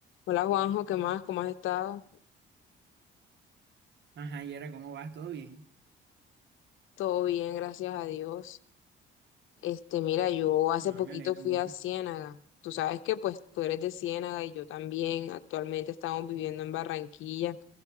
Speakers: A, on the left; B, on the right.
A: Hola Juanjo, ¿qué más? ¿Cómo has estado?
B: Ajá, Yera, ¿cómo vas? ¿Todo bien?
A: Todo bien, gracias a Dios. Este, mira, yo hace
B: No,
A: poquito
B: me alegra
A: fui
B: mucho.
A: a Ciénaga. Tú sabes que pues tú eres de Ciénaga y yo también. Actualmente estamos viviendo en Barranquilla.